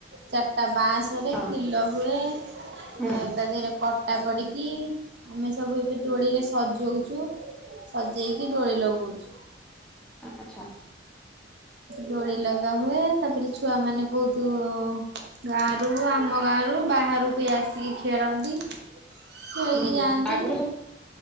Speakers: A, on the right; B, in the centre.
A: ଚାରିଟା ବାଁଶ୍ ରେ
B: ହଁ
A: ଖିଲ ହୁଏ ଆ
B: ହୁଁ
A: ତା ଦେହେରେ ପଟା ପଡିକି ଆମେ ସବୁ ଏବେ ଡୋଳିରେ ସଜଉଚୁ। ସଜେଇକି ଦୋଳି ଲଗଉଛୁ।
B: ଆଛା।
A: ଡୋଳି ଲଗା ହୁଏ, ତାପରେ ଛୁଆ ମାନେ ବହୁତ ଗାଁ ରୁ ଆମ ଗାଁରୁ ବାହାରୁ ବି ଆସିକି ଖେଳନ୍ତି। ଖେଳିକି
B: ହୁଁ
A: ଯାଆନ୍ତି।
B: ଆଗରୁ